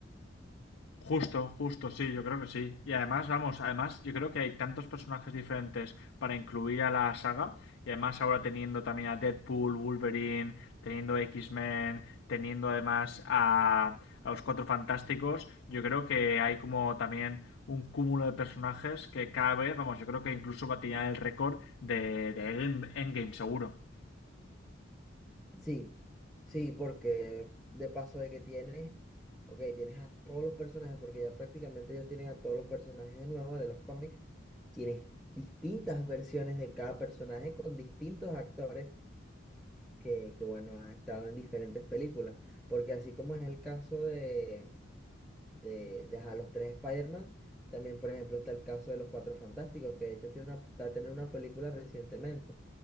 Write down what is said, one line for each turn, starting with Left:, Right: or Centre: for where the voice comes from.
Left: Justo, justo, sí, yo creo que sí. Y además, vamos, además yo creo que hay tantos personajes diferentes para incluir a la saga. Y además ahora teniendo también a Deadpool, Wolverine, teniendo X-Men, teniendo además a, a los Cuatro Fantásticos, yo creo que hay como también un cúmulo de personajes que cada vez, vamos, yo creo que incluso va a tirar el récord de, de Endgame, seguro.
Centre: Sí, sí, porque de paso de que tienes, ok, tienes a todos los personajes, porque ya prácticamente ellos tienen a todos los personajes de nuevo de los cómics, tienes distintas versiones de cada personaje con distintos actores que, que bueno, han estado en diferentes películas, porque así como es el caso de, de, de ajá, los tres Spider-Man. También, por ejemplo, está el caso de los Cuatro Fantásticos, que de hecho tiene una, va a tener una película recientemente.